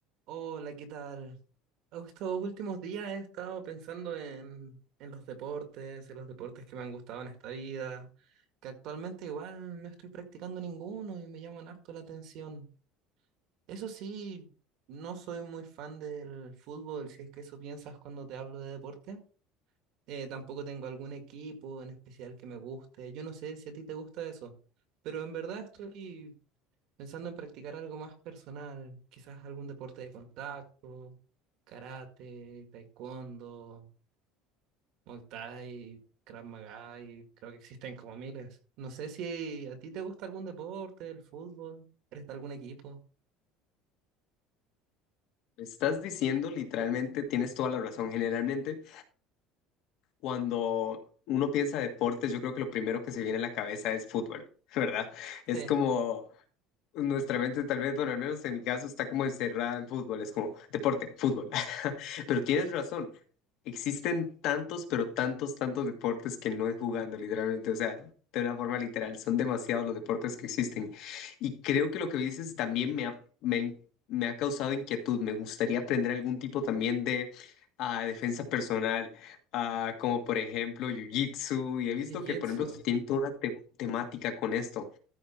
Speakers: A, on the right; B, on the left.
A: Hola, ¿qué tal? Estos últimos días he estado pensando en, en los deportes, en los deportes que me han gustado en esta vida, que actualmente igual no estoy practicando ninguno y me llaman harto la atención. Eso sí, no soy muy fan del fútbol, si es que eso piensas cuando te hablo de deporte. Eh, tampoco tengo algún equipo en especial que me guste. Yo no sé si a ti te gusta eso, pero en verdad estoy pensando en practicar algo más personal, quizás algún deporte de contacto, karate, taekwondo, muay thai, krav maga, y creo que existen como miles. No sé si a ti te gusta algún deporte, el fútbol, eres de algún equipo.
B: Estás diciendo literalmente, tienes toda la razón. Generalmente, cuando uno piensa deportes, yo creo que lo primero que se viene a la cabeza es fútbol, <laughs> ¿verdad? Es
A: Sí,
B: como nuestra mente tal vez, bueno, al menos en mi caso está como encerrada en fútbol, es como deporte, fútbol. <laughs> Pero tienes razón, existen tantos, pero tantos, tantos deportes que no es jugando, literalmente, o sea, de una forma literal, son demasiados los deportes que existen. Y creo que lo que dices también me ha, me, me ha causado inquietud, me gustaría aprender algún tipo también de ah, defensa personal, ah, como por ejemplo Jiu-Jitsu, y he visto
A: jiu-jitsu.
B: que por ejemplo tienen toda una te- temática con esto